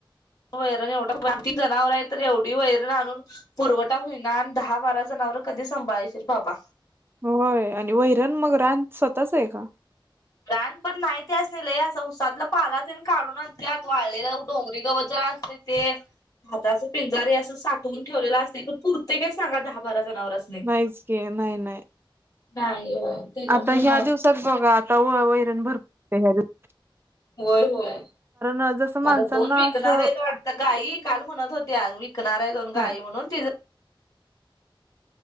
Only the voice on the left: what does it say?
वैरण एवढं जनावर आहे तर एवढी वैरण आणून पुरवठा होईलना आणि दहा बारा जनावर कधी सांभाळशील बाबा
प्रण पण नाही ते असलेलंय असं उसातलं पाला ते काढून आण आत वाळलेलं डोंगरी गवत जरा असते ते हाताच पिंजारे असं साठवून ठेवलेलं असते पण पुरते का सांगा दहा बारा जनावर अस
नाही त्याच्यामुळं
होय होय
मला दोन विकणार
आहेत वाट आता गाय विकाल म्हणत होती विकणार आहे दोन गाय
म्हणून ति